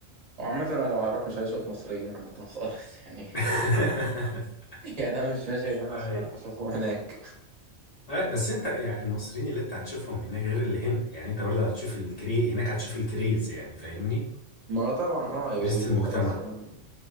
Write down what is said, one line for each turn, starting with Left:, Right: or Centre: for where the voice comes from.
Right: وعامة انا لو هروح مش هشوف مصريين عامة خالص <laughs> يعني
Left: <laughs>
Right: يعني انا مش ماشي هنا
Left: أي
Right: عشان اروح اشوفهم هناك
Left: أي، بس أنت يعني المصريين اللي أنت هتشوفهم هناك غير اللي هنا يعني أنت برضه هتشوف الكري هناك هتشوف الكريز يعني فاهمني
Right: ما هو طبعا اه
Left: كريزة
Right: وبيبقوا
Left: المجتمع
Right: خلاص فاهم